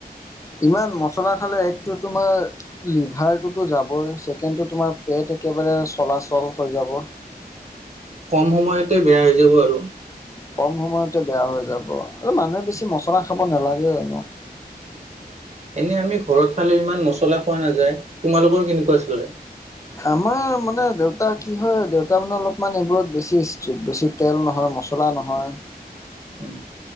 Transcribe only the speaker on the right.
উম,
কম সময়তে বেয়া হৈ যাব আৰু।
উম। এনে আমি ঘৰত খালে ইমান মছলা খোৱা নাযায়, তোমালোকৰ কেনেকুৱা চালে?
উম,